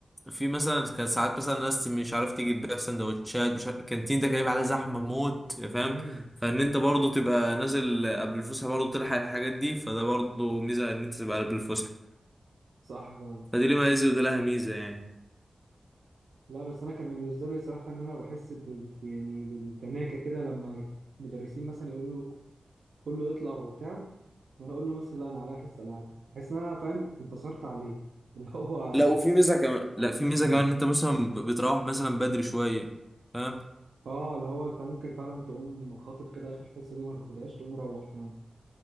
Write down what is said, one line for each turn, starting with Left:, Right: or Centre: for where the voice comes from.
Centre: في مثلا كان ساعات مثلا ناس مش عارف تيجي تبيع سندوتشات مش عارف الكانتين ده كان يبقى عليه زحمه موت فاهم
Right: امم
Centre: فان انت برضو تبقى نازل قبل الفسحه برضو تلحق الحاجات دي فده برضو ميزه ان انت تبقى قبل الفسحه
Right: صح فعلا
Centre: فدي ليه ميزه وده لها ميزه يعني
Right: لا بس انا كان بالنسبه لي صراحه ان انا بحس بال يعني بالتناكه كده لما مدرسين مثلا يقولوا كله يطلع وبتاع وانا اقول له مثلا لا انا عليا حصه العاب بحس ان انا فاهم انتصرت عليه اللي هو
Centre: لا وفي ميزه كمان لا في ميزه
Right: مم.
Centre: كمان ان انت مثلا بتروح مثلا بدري شويه فاهم
Right: اه اللي هو انت ممكن فعلا تقوم خاطف كده اخر حصه دي ما تاخدهاش تقوم روح فعلا